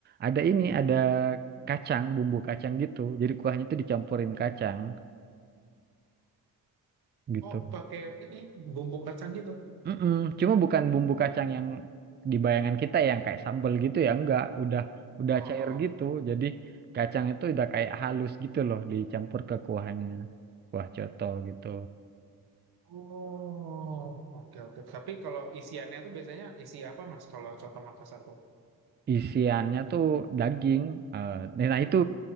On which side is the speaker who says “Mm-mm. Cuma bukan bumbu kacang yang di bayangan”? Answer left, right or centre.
Right